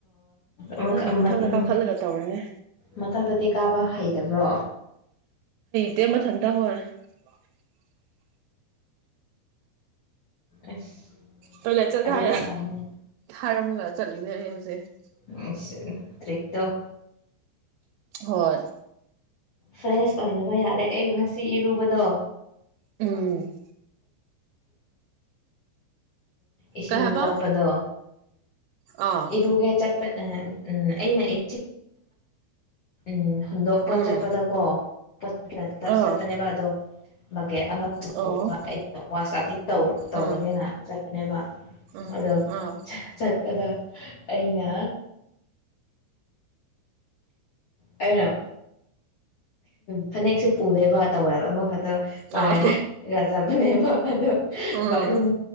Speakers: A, on the left (about 75°); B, on the right (about 85°).
A: ꯑꯣ
B: ꯑꯗꯨꯒꯤ
A: ꯎ <unintelligible>
B: ꯃꯊꯛꯇ
A: ꯎꯝ
B: ꯀꯥꯈꯠꯂꯒ ꯇꯧꯔꯤꯅꯦ
A: ꯃꯊꯛꯇꯗꯤ ꯀꯥꯕ ꯍꯩꯇꯕ꯭ꯔꯣ
B: <unintelligible>
A: ꯑꯁ
B: ꯇꯣꯏꯂꯦꯠ ꯆꯠꯀꯦ
A: ꯑꯗꯨꯅ
B: ꯍꯥꯏ
A: ꯐꯩꯅꯦ
B: ꯍꯥꯏꯔꯝꯃꯒ ꯆꯠꯂꯤꯅꯦ ꯑꯩ ꯍꯧꯖꯤꯛ
A: <unintelligible> ꯇ꯭ꯔꯤꯛꯇꯣ
B: ꯍꯣꯏ
A: ꯐ꯭ꯔꯦꯁ ꯑꯣꯏꯅ ꯌꯥꯔꯦ ꯑꯩ ꯉꯁꯤ ꯏꯔꯨꯕ ꯗꯣ
B: ꯎꯝ
A: ꯏꯁꯤꯡ
B: ꯀꯩ ꯍꯥꯏꯕ
A: ꯃꯣꯠꯄꯗꯣ
B: ꯑꯥ
A: ꯏꯔꯨꯒꯦ ꯆꯠꯄ ꯑ ꯎꯝ ꯑꯩꯅ <inaudible> ꯎꯝ ꯍꯨꯟꯗꯣꯛꯄ
B: ꯎꯝ
A: ꯆꯠꯄꯗꯀꯣ <unintelligible>
B: ꯑꯥ
A: ꯆꯠꯄꯅꯦꯕ ꯑꯗꯣ <unintelligible> ꯀꯦ <unintelligible>
B: ꯑꯣ
A: ꯑꯩꯅ <unintelligible> ꯇꯧ ꯇꯧꯔꯒꯦꯅ
B: ꯎꯝ
A: ꯆꯠꯄꯅꯦꯕ
B: ꯎꯝ
A: ꯑꯗꯣ
B: ꯑꯥ
A: ꯆꯠꯄꯗ ꯑꯩꯅ ꯑꯩꯅ ꯐꯅꯦꯛꯁꯨ ꯄꯨꯗꯦꯕ ꯇꯧꯋꯦꯜ ꯑꯃꯈꯛꯇ ꯄꯥꯏꯔꯒꯖꯕꯅꯦꯕ
B: ꯑꯥ
A: ꯑꯗꯨ
B: ꯎꯝ
A: ꯕꯥꯠꯔꯨꯝ